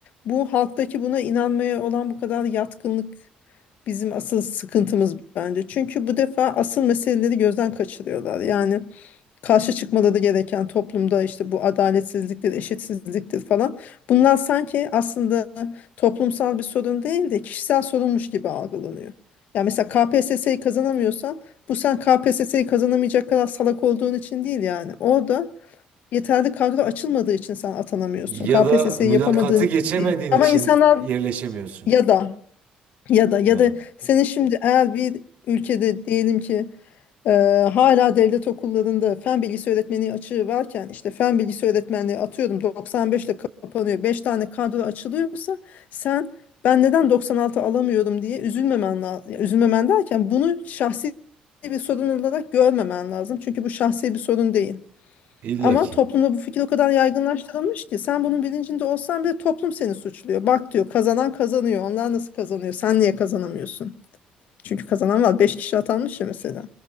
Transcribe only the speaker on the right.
Ya
da mülakatı
geçemediğin
için
yerleşemiyorsun.
Yani
illaki.